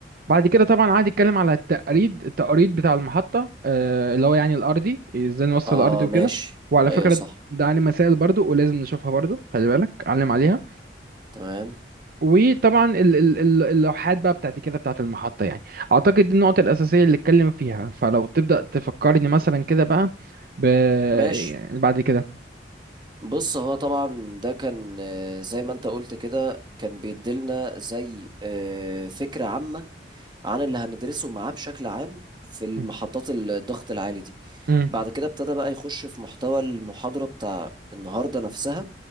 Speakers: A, on the right (about 55°); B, on the right (about 25°).
A: بعد كده طبعا قعد يتكلم على التقريد التقريد بتاع المحطة آه، اللي هو يعني الأرضي ازاي نوصل
B: اه
A: الأرضي وكده
B: ماشي
A: وعلى
B: ايوه
A: فكرة
B: صح
A: ده علم مسائل برضو ولازم نشوفها برضو خلي بالك علم عليها
B: تمام
A: وطبعا ال- ال- ال- اللوحات بقى بتاعت كده بتاعت المحطة يعني أعتقد دي النقطة الأساسية اللي اتكلم فيها فلو تبدأ تفكرني مثلا كده بقى ب...
B: ماشي
A: يعني بعد كده
B: بص هو طبعا ده كان آه، زي ما انت قلت كده كان بيديلنا زي آه، فكرة عامة عن اللي هندرسه معاه بشكل عام في المحطات
A: م-
B: الضغط العالي دي
A: م-
B: بعد كده ابتدى بقى يخش في محتوى المحاضرة بتاع النهاردة نفسها